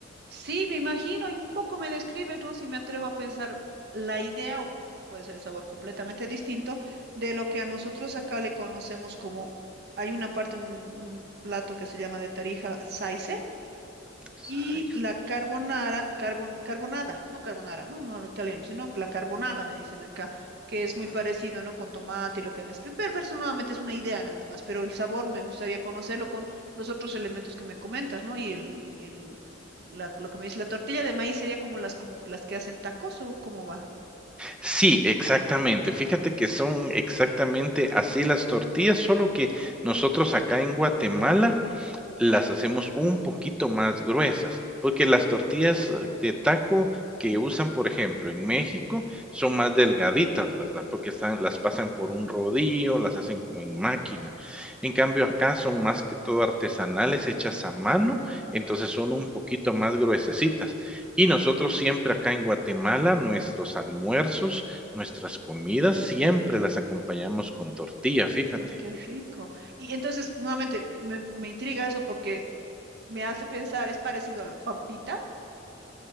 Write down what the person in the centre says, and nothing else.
Sai-
mm,
Sí, exactamente. Fíjate que son exactamente así las tortillas, solo que nosotros acá en Guatemala las hacemos un poquito más gruesas, porque las tortillas eh, de taco que usan, por ejemplo, en México, son más delgaditas, ¿verdad? Porque están, las pasan por un rodillo, las hacen como en máquina. En cambio, acá son más que todo artesanales, hechas a mano, entonces son un poquito más gruesecitas. Y nosotros siempre acá en Guatemala, nuestros almuerzos, nuestras comidas, siempre las acompañamos con tortilla, fíjate.